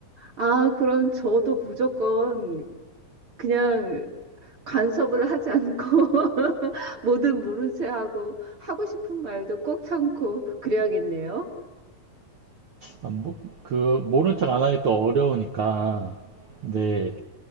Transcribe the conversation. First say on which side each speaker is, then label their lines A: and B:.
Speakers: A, on the right; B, on the right.
A: 아, 그럼 저도 무조건 그냥 간섭을 하지 않고 <laughs> 뭐든 모른 채 하고 하고 싶은 말도 꼭 참고 그래야겠네요.
B: 아, 뭐, 그 모른 척 안 하기 또 어려우니까. 네.